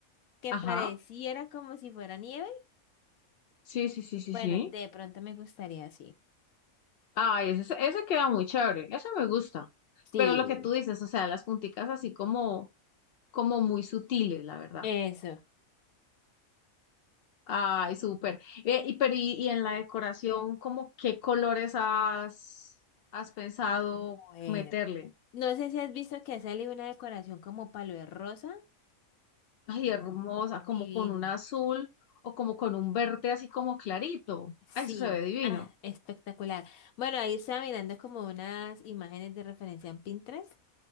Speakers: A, on the left (about 80°); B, on the left (about 60°).
A: que
B: Ajá.
A: pareciera como si fuera nieve.
B: Sí, sí, sí, sí,
A: Bueno,
B: sí.
A: de pronto me gustaría así.
B: Ay, ese, se- ese queda muy chévere. Ese me gusta.
A: Sí.
B: Pero lo que tú dices, o sea, las punticas así como, como muy sutiles, la verdad.
A: Eso.
B: Ay, súper. Ve, y, pero y, y en la decoración, ¿cómo qué colores has, has pensado
A: Bueno.
B: meterle?
A: No sé si has visto que ha salido una decoración como palo de rosa.
B: Ay, hermosa,
A: Divino.
B: como con un azul o como con un verde así como clarito.
A: Sí.
B: Ay, eso se ve divino.
A: Ah, espectacular. Bueno, ahí estaba mirando como unas imágenes de referencia en Pinterest